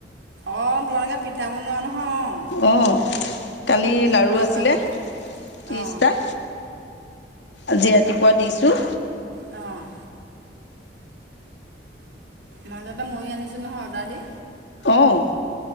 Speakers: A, on the right (about 70°); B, on the left (about 80°).
A: অ', তোমালোকে পিঠা বনোৱা নহয় অ'।
B: অ', কালি লাৰু আছিলে
A: মাজতে
B: ত্ৰিছটা।
A: অঁ
B: আজি ৰাতিপুৱা দিছোঁ।
A: অ'। মাজতে ময়ো আনিছোঁ নহয়, অৰ্ডাৰ দি।
B: অ',